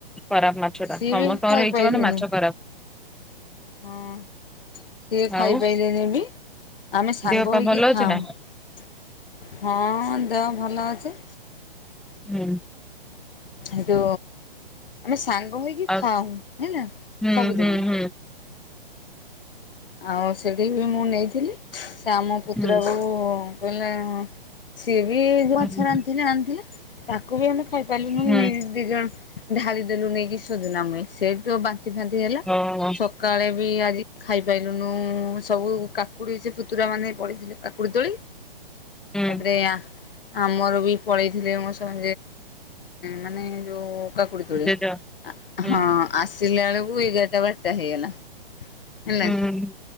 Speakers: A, in the centre; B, on the left.
A: ଖରାପ୍ ମାଛଟା
B: ସିଏ
A: ସମସ୍ତଙ୍କ
B: ବି ଖାଇପାଇଲେନି
A: ହେଇଚି ମାନେ ମାଛ ପା
B: ହଁ ସେ ଖାଇପାଇଲେନି
A: ଆଉ
B: ବି। ଆମେ ସାଙ୍ଗ
A: ଦେହ ପା
B: ହୋଇକି
A: ଭଲ
B: ଖାଉ,
A: ଅଛି ନା?
B: ଦେହ ଭଲ ଅଛି।
A: ହୁଁ।
B: ହେଟୁ ସାନ୍ ଭୂମି କି
A: ଆଉ
B: ହଁ ହେଲା
A: ହୁଁ
B: ସବୁଦିନି
A: ହୁଁ ହୁଁ
B: ଆଉ ସେଇଠି ମୁଁ ନେଇଥିଲି ସେ ଆମ ପୁତୁରା
A: ହୁଁ
B: ବୋହୂ କହିଲା ହଁ ସେ ବି ମାଛ
A: ହୁଁ
B: ରାନ୍ଧିଥିଲା ଆଣିଥିଲା। ତାକୁ ବି ଆମେ ଖାଇ ପାରିଲୁନୁ,
A: ହୁଁ
B: ଇଏ ଦି ଜଣ ଢାଳି ଦେଲୁ ନେଇକି ସୁଜୁନା ମୂଳେ ସେ ଠୁ ବାନ୍ତି ବାନ୍ତି ହେଲା,
A: ଓହୋ
B: ସଖାଳେ ବି ଆଜି ଖାଇ ସବୁ କାକୁଡି ଜେ ପୁତୁରା ମାନେ ପଲେଇଥିଲେ କାକୁଡି ତୋଳି।
A: ହୁଁ
B: ତାପରେ ଆ ଆମର ବି ପଳେଇଥିଲେ <unintelligible> ହୁଁ ମାନେ ଯୋଉ କାକୁଡି ତୋଲି
A: ଜେଜ ହୁଁ
B: ହଁ ଆସ ହେଲାବେଳକୁ ଏଗାର ଟା ବାରଟା ହେଇଗଲା ହେଲା
A: ହୁଁ